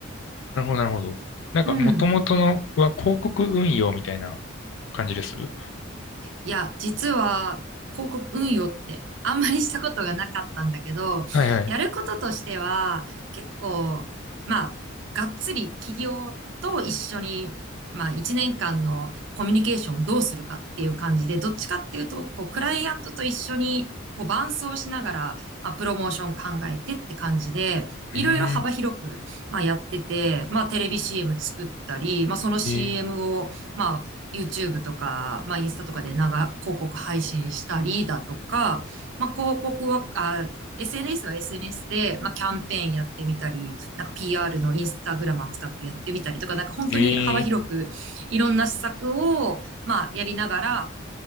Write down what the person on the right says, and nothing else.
うん。
いや、実は広告運用ってあんまりしたことがなかったんだけど、
やることとしては結構、
まあ、がっつり企業と一緒に、まあ、1年間のコミュニケーションどうするかっていう感じで、どっちかっていうと、こう、クライアントと一緒に、こう、伴走しながら、まあ、プロモーション考えてって感じで、いろいろ幅広く、
まあ、やってて、まあ、テレビ CM 作ったり、まあ、その CM
を、まあ、YouTube とか、まあ、インスタとかで長、広告配信したりだとか、まあ、広告は、あ SNS は SNS で、まあ、キャンペーンやってみたり、なんか PR のインスタグラム使ってやってみたりとか、なんか本当に幅広くいろんな施策を、
まあ、やりながら、